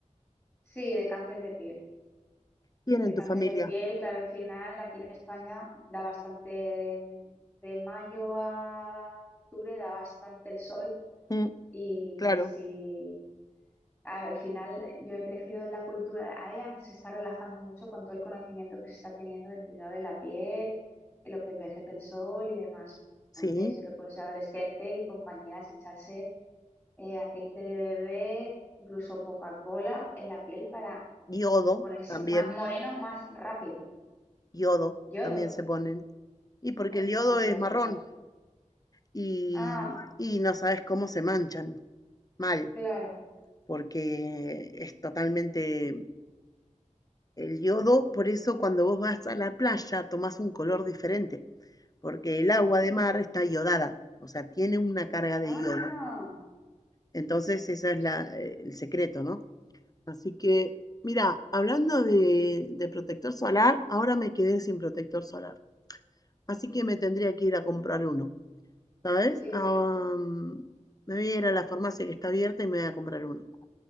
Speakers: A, in the centre; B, on the left.
A: Sí, de cáncer de piel,
B: Tienen
A: de cáncer
B: tu familia.
A: de piel, claro, al final aquí en España da bastante, de de mayo a octubre da bastante el sol.
B: Mm,
A: Y
B: claro,
A: si Al final yo he crecido en la cultura, ahora ya no se está relajando mucho con todo el conocimiento que se está teniendo del cuidado de la piel, de lo que envejece el sol y demás.
B: sí.
A: Pues yo recuerdo ser adolescente y compañeras echarse eh, aceite de bebé, incluso Coca-Cola en la piel para
B: Yodo
A: ponerse
B: también.
A: ma- moreno más rápido.
B: Yodo
A: Yodo.
B: también se ponen. Y porque
A: Uy,
B: el yodo
A: eso no lo
B: es
A: había escuchado.
B: marrón y,
A: Ah,
B: y no sabes cómo se manchan. Mal,
A: claro.
B: porque es totalmente el yodo. Por eso cuando vos vas a la playa tomás un color diferente, porque el agua de mar está iodada, o sea, tiene una carga de
A: Ah,
B: yodo. Entonces, ese
A: pues
B: es la, eh, el secreto, ¿no? Así que, mira, hablando de, de protector solar, ahora me quedé sin protector solar. Así que me tendría que ir a comprar uno, ¿sabes?
A: sí,
B: Ah, mm, me voy a ir a la farmacia que está abierta y me voy a comprar uno.